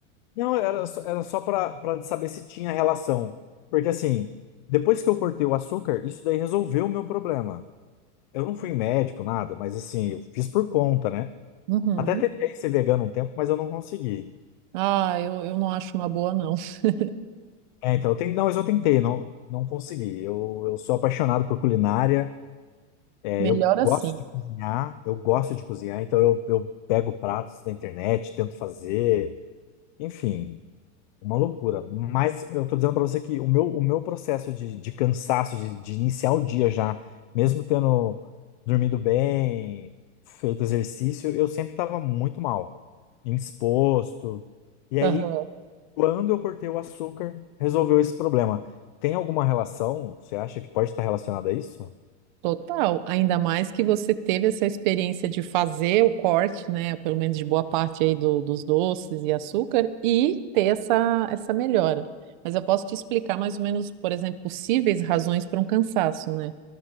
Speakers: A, on the left; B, on the right.
A: Não, era só, era só pra, pra saber se tinha relação. Porque assim, depois que eu cortei o açúcar, isso daí resolveu o meu problema. Eu não fui em médico, nada, mas assim, eu fiz por conta, né?
B: Uhum.
A: Até tentei ser vegano um tempo, mas eu não consegui.
B: Ah, eu, eu não acho uma boa, não. <laughs>
A: É, então, eu tentei, não, mas eu tentei, não, não consegui. Eu, eu sou apaixonado por culinária, é,
B: Melhor
A: eu
B: assim.
A: gosto de cozinhar, eu gosto de cozinhar, então eu, eu pego pratos da internet, tento fazer, enfim, uma loucura. Mas eu tô dizendo para você que o meu, o meu processo de, de cansaço, de, de iniciar o dia já, mesmo tendo dormido bem, feito exercício, eu sempre estava muito mal, indisposto. E aí,
B: Aham.
A: quando eu cortei o açúcar, resolveu esse problema. Tem alguma relação? Você acha que pode estar relacionada a isso?
B: Total, ainda mais que você teve essa experiência de fazer o corte, né, pelo menos de boa parte aí do- dos doces e açúcar, e ter essa, essa melhora. Mas eu posso te explicar mais ou menos, por exemplo, possíveis razões para um cansaço, né?